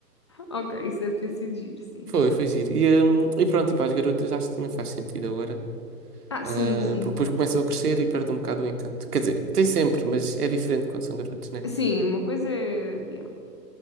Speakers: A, on the left; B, on the right.
A: Ok, isso deve ter sido giro, sim.
B: Foi, foi giro. E, hum, e pronto, e para as garotas acho que também faz sentido agora.
A: Ah,
B: Ah,
A: sim, sim.
B: porque depois começam a crescer e perde um bocado o encanto. Quer dizer, tem sempre, mas é diferente quando são garotos, né?
A: Sim, uma coisa é. yeah.